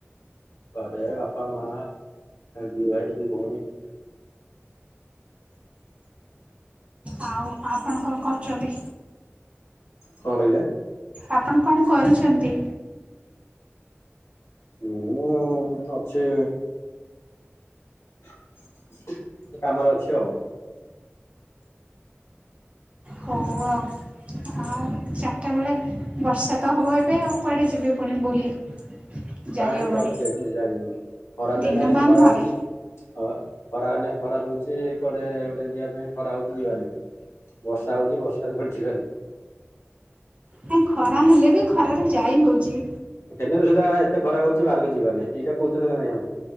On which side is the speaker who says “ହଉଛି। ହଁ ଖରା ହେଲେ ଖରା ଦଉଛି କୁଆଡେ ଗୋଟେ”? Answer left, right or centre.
Left